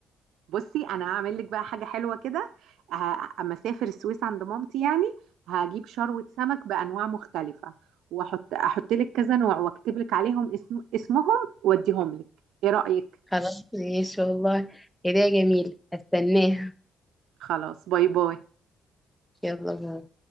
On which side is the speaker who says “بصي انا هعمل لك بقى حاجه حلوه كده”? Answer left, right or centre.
Right